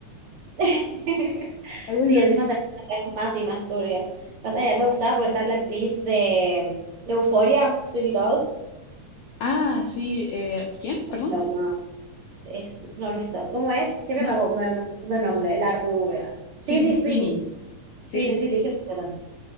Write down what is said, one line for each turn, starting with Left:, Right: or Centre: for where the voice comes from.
Right: <laughs>
Left: Tal vez
Right: Sí,
Left: no-
Right: encima se es más y más turbia. Pasa que a mí me gustaba porque está la actriz de, de Euphoria, Sweeney Todd.
Left: Ah, sí, eh, ¿quién? Perdón.
Right: No, no, es, no, no es Todd. ¿Cómo es? Siempre
Left: Nancy-
Right: me, hago- me, me confundo el nombre, la rubia. Sidney
Left: Sydney Sweeney.
Right: Sweeney.
Left: Sí,
Right: Sidney, sí, te dije cuántas cosas.